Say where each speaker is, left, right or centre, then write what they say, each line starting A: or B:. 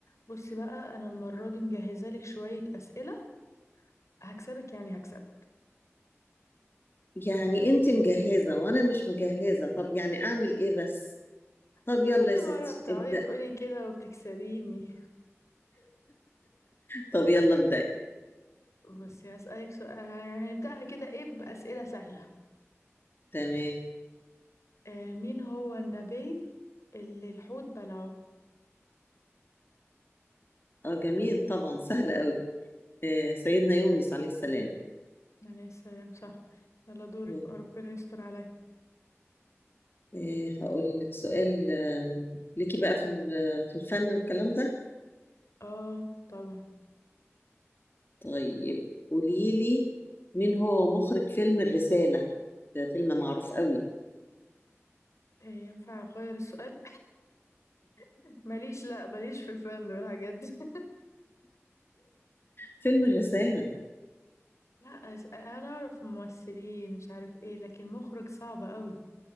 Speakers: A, on the left (about 80°); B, on the left (about 50°).
A: بص بقى انا المره دي مجهزه لك شويه اسئله هكسبك يعني هكسبك
B: يعني انت مجهزة وانا مش مجهزة طب يعني اعمل ايه بس طب
A: انت
B: يلا
A: كل
B: يا ستي
A: مره بتقعدي
B: ابدأ
A: تقولي كده وبتكسبيني
B: طب يلا ابدأ
A: بصي هسالك سؤال يعني هنبداها كده ايه باسئله سهله
B: تمام
A: آه مين هو النبي اللي الحوت بلعه
B: اه جميل طبعا سهل قوي آه سيدنا يونس عليه السلام
A: عليه السلام صح يلا دورك
B: مم.
A: بقى ربنا يستر عليا
B: آه هقول لك سؤال آه ليكي بقى في ال- في الفن والكلام ده
A: اه طبعا
B: طيب قولي لي مين هو مخرج فيلم الرسالة ده فيلم معروف قوي
A: آه ينفع اغير السؤال <laughs> ماليش لا ماليش في الفن والحاجات دي <laughs>
B: فيلم الرسالة
A: لا أس- انا اعرف ممثلين مش عارف ايه لكن مخرج صعب قوي